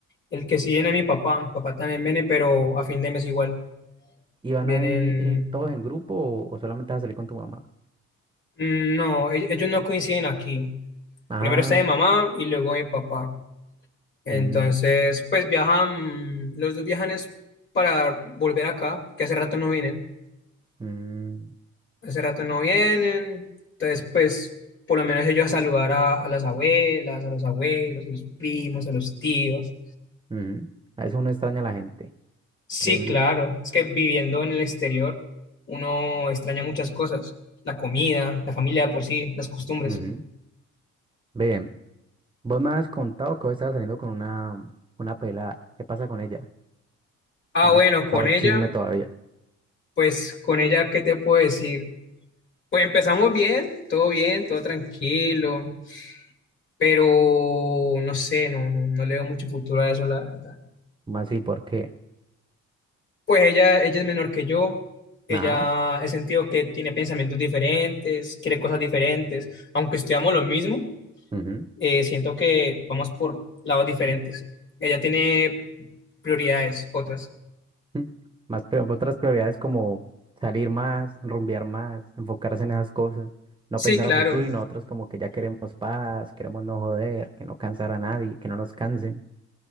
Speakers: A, on the left; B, on the right.
A: El que sí viene es mi papá. Mi papá también viene, pero a fin de mes igual.
B: ¿Y van
A: Vienen.
B: a ir todos en grupo o, o solamente vas a salir con tu mamá?
A: mm, No, e- ellos no coinciden aquí.
B: Ah,
A: Primero está mi mamá y luego mi papá. Entonces,
B: mm,
A: pues viajan, los dos viajan es para volver acá, que hace rato no vienen.
B: mm,
A: Hace rato no vienen. Entonces, pues, por lo menos ellos a saludar a, a las abuelas, a los abuelos, a los primos, a los tíos.
B: ujú. A veces uno extraña a la gente,
A: Sí,
B: increíble.
A: claro, es que viviendo en el exterior, uno extraña muchas cosas. La comida, la familia de por sí, las costumbres.
B: Ujú. Ve, Vos me has contado que hoy estabas saliendo con una, una pelada. ¿Qué pasa con ella?
A: Ah,
B: No me
A: bueno,
B: has contado
A: con
B: el
A: ella,
B: chisme todavía.
A: pues, con ella, ¿qué te puedo decir? Pues empezamos bien, todo bien, todo tranquilo, pero no sé, no, no, no le veo mucho futuro a eso, la verdad.
B: ¿Cómo así? ¿Por qué?
A: Pues ella, ella es menor que yo, ella
B: Ajá.
A: he sentido que tiene pensamientos diferentes, quiere cosas diferentes, aunque estudiamos lo mismo,
B: ujú,
A: eh, siento que vamos por lados diferentes. Ella tiene prioridades otras.
B: mm. Más pri- otras prioridades como salir más, rumbear más, enfocarse en esas cosas, no
A: Sí,
B: pensar
A: claro.
B: a futuro y nosotros como que ya queremos paz, queremos no joder, que no cansar a nadie, que no nos cansen.